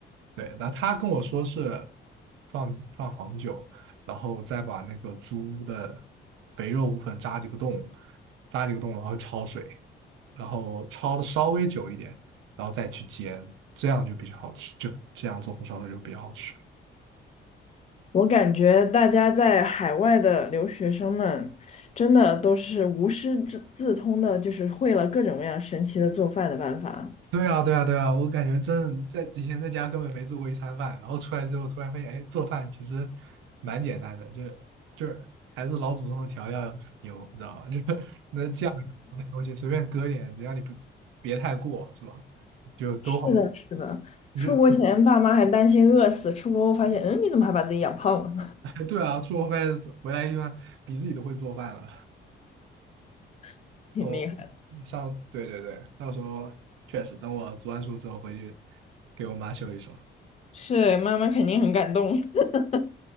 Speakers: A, on the right (about 80°); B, on the left (about 35°).
A: 对，那他跟我说是放放黄酒，然后再把那个猪的肥肉部分扎几个洞，扎几个洞，然后焯水，然后焯的稍微久一点，然后再去煎，这样就比较好吃，就这样做红烧肉就比较好吃。
B: 我感觉大家在海外的留学生们，真的都是无师自自通的，就是会了各种各样神奇的做饭的办法。
A: 对啊，对啊，对啊，我感觉真在以前在家根本没做过一餐饭，然后出来之后突然发现，哎，做饭其实蛮简单的，就是就是还是老祖宗的调料牛，你知道吧？<laughs> 就是那酱油那东西随便搁点，只要你不别太过，是吧？就都好，
B: 是的，是的，
A: 你就
B: 出国前爸妈还担心饿死，出国后发现，嗯，你怎么还把自己养胖了？
A: <laughs> 对啊，出国发现回来一般比自己都会做饭了。
B: <laughs> 挺厉害的。
A: 我上次对对对，到时候确实等我读完书之后回去给我妈秀一手，
B: 是，妈妈肯定很感动。<laughs>